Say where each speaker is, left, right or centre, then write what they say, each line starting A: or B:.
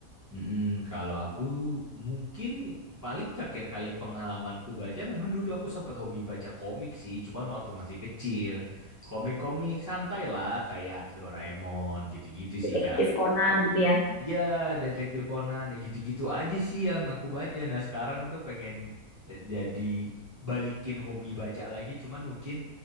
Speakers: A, on the right; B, on the left.
A: Mm-mm, kalau aku mungkin paling terakhir kali pengalamanku baca memang dulu aku sempat hobi baca komik sih, cuman waktu masih kecil. Komik-komik santai lah kayak Doraemon gitu-gitu
B: Detektif
A: sih Kak.
B: Conan gitu ya
A: Ya, Detektif Conan ya gitu-gitu aja sih yang aku baca. Nah, sekarang tuh pengen eh, jadi balikin hobi baca lagi, cuman mungkin